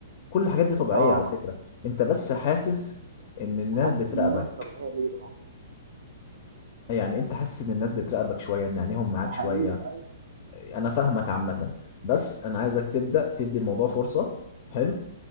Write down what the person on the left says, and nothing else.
كل الحاجات دي طبيعيه
على فكره انت بس حاسس ان الناس
بتراقبك
يعني انت حاسس ان الناس بتراقبك شويه ان عينيهم معاك
شويه انا فاهمك عامة بس انا عايزك تبدأ تدي الموضوع فرصة حلو